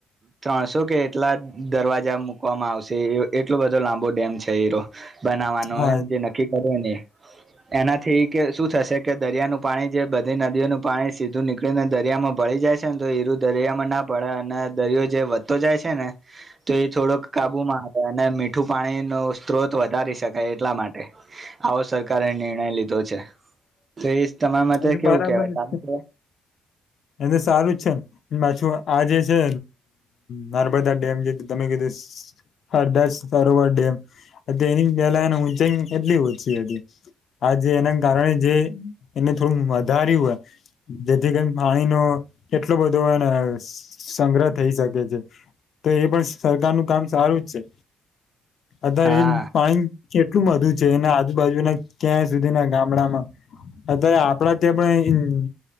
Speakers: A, on the right; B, on the left.
A: ત્રણસો કે એટલા દરવાજા મકવામાં આવશે એટલો બધો લાંબો ડેમ છે બનાવવાનું
B: હા
A: હોયને જે નક્કી કરે ને એનાથી કે શું થશે કે દરિયાનું પાણી જે બધી નદીઓનું પાણી સીધું નીકળી એને દરિયામાં ભળી જાય છે ને તો હીરું દરિયામાં ના પડે અને દરિયો જે વધતો જાય છે ને તો એ થોડોક કાબુમાં આવે અને મીઠું પાણી નો સ્ત્રોત વધે ભરી શકાય એટલા માટે આવો સરકારે નિર્ણય લીધો છે તો એ તમારા માટે
B: એ
A: કેવું
B: બરાબર
A: કેવાય
B: જ
A: કારણ
B: છે એને સારું જ છે ને પાછું આ જે છે નર્મદા ડેમ જેું તમે કીધું સરદાર સરોવર ડેમ એની પહેલાની ઊંચાઈ એટલી ઓછી હતી આ જે એના કારણે જે એને થોડું વધાર્યું હોય જેથી કરી પાણીનો કેટલો બધો એને સંગ્રહ થઈ શકે છે તો એ પણ સરકારનું કામ સારું જ છે અત્યારે
A: હા
B: એ પાણી કેટલું બધું છે એના આજુબાજુના ક્યાં સુધીના ગામડામાં અત્યારે આપડા ત્યાં પણ